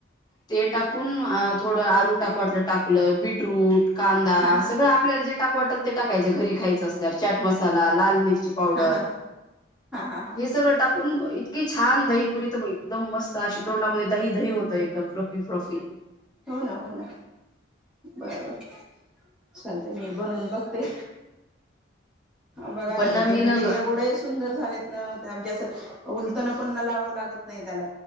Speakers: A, on the left; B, in the centre.
A: ते टाकून अं थोडं <unintelligible> टाकू वाटलं टाकलं बीटरूट कांदा
B: हा हा हा
A: सगळं आपल्याला जे टाकू वाटेल ते टाकायचं घरी खायचं असल्यावर चाट मसाला, लाल मिरची पावडर,
B: हा हा हा हा
A: हे सगळं टाकून इतका की छान दहीपुरी तर म एकदम मस्त अशी तोंडामध्ये दही दही होतं एकदम प्लफी प्लफी.
B: हो ना, हो ना, बरबर. चालतंय मी बनवून बघते. बघा
A: पण
B: ना आ
A: न
B: धिरडे
A: मी न
B: तर एवढे
A: ग
B: सुंदर झालेत ना. म्हणजे असं उलतन पण ना लावावं लागत नाही त्याला